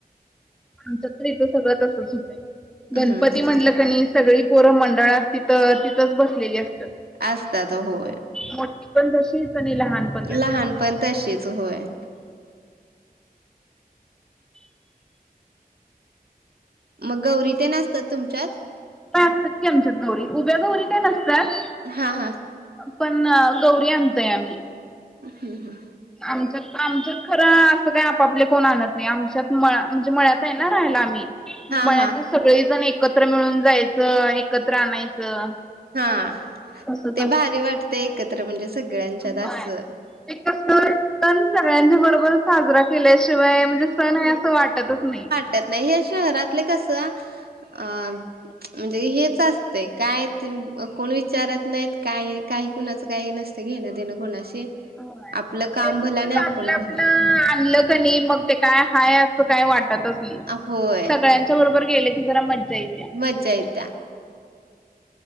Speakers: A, in the centre; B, on the right.
A: आमचं तर इथं सगळं तसंच हुतयं.
B: हम्म
A: गणपती
B: हम्म.
A: म्हटलं कणी सगळी पोरं मंडळात तिथं तिथंच बसलेली असत्यात.
B: आसतात होय.
A: मोठी पण तशीच आणि लहान पण तशी
B: लहान पण तशीच. होय. मग गौरी तेन आसत्यात तुमच्यात?
A: मग असतात की आमच्यात गौरी. उभ्या गौरी काय नसत्यात.
B: हा हा.
A: पण गौरी आणतोय आम्ही.
B: हं हं.
A: आमच्यात आमच्यात खरं असं काही आपापले कोण आणत नाही. आमच्यात म म्हणजे मळ्यात आहे ना राहायला आम्ही.
B: हा
A: मळ्यातली
B: हा.
A: सगळी जण एकत्र मिळून जायचं आणि एकत्र आणायचं.
B: हा.
A: तसच
B: ते
A: असतंय
B: भारी वाटतयं एकत्र, म्हणजे सगळ्यांच्यात
A: होय
B: असं.
A: ते कसं एकदम सगळ्यांच्या बरोबरच साजरा केल्याशिवाय म्हणजे सण आहे असं वाटतच नाही.
B: त्यात नाही, हे शहरातले कसं? अं म्हणजे हेच असतयं. काय कोण विचारत नाही. काय एक काही कुणाचं काय नसतयं घेणं. देणं कोणाशी
A: होय.
B: आपलं काम
A: ते नुसतच
B: भला आणि आपण
A: आपलं आपलं
B: भला
A: आणलं कणी मग ते काय हाय असं काय वाटतच नाही.
B: होय
A: सगळ्यांच्या बरोबर गेले की जरा मज्जा येते.
B: मज्जा येत्या.